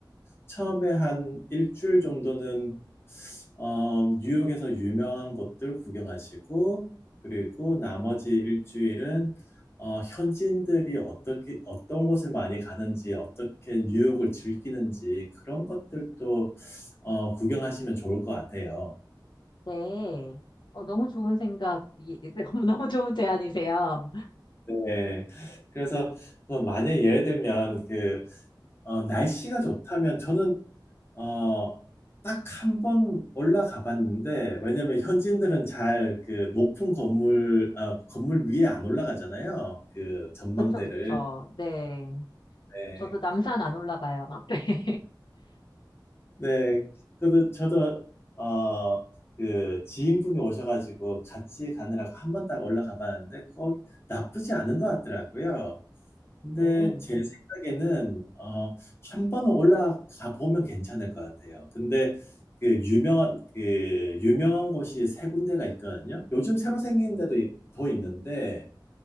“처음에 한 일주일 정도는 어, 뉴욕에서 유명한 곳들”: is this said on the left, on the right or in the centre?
Left